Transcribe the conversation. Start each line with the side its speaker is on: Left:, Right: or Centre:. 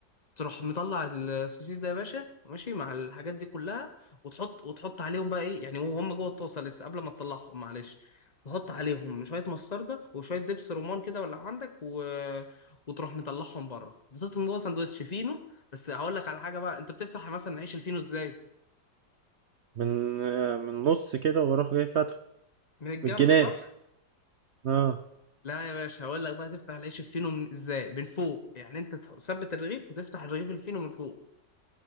Left: تروح مطلع السوسيس ده يا باشا ماشي مع الحاجات دي كلها وتحط وتحط عليهم بقى ايه يعني وهم جوه الطاسه لسه قبل ما تطلعهم معلش تحط عليهم شويه مستردة وشويه دبس رمان كده ولا عندك و... وتروح مطلعهم بره بتحطهم جوه سندوتش فينو بس هقول لك على حاجه بقى انت بتفتح مثلا عيش الفينو ازاي
Right: من آه، من نص كده واروح جاي فاتحه
Left: من الجنب
Right: من الجناب
Left: صح
Right: اه
Left: لا يا باشا هقول لك بقى تفتح العيش الفينو من ازاي من فوق يعني انت تثبت الرغيف وتفتح الرغيف الفينو من فوق